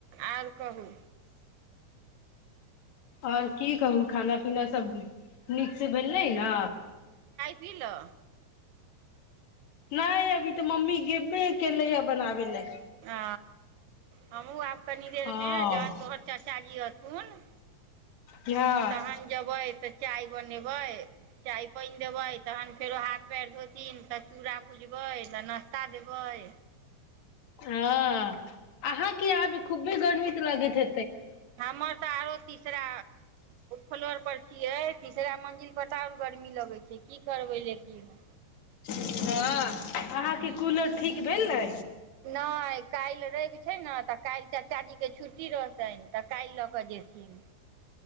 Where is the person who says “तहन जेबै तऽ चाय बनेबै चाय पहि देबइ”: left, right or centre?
Right